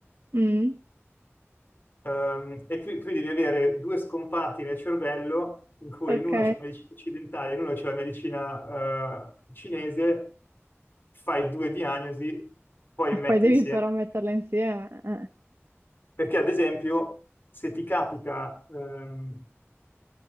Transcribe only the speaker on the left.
Ehm, e qui, qui devi avere due scomparti nel cervello in cui
in uno c'è la medicina occidentale e in uno c'è la medicina eh, cinese, fai due diagnosi, poi
metti
insieme
Perché ad esempio, se ti capita ehm,